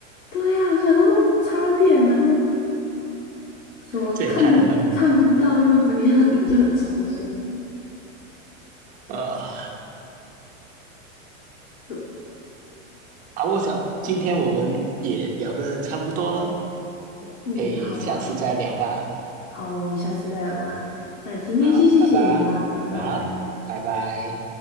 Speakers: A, on the left; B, on the right.
A: 对呀、我想说我插电，然后什么看的看不到又怎样，
B: 这也太难了吧。
A: <laughs> 我就很抽象。
B: 呃，
A: 对，
B: 啊，我想今天我们也聊得差不多了，
A: 嗯，
B: 可以下次再聊吧。
A: 好啊，好，我们下次再来玩。那今天先谢谢你啦，
B: 好，拜拜。
A: 拜拜。
B: 好，拜拜。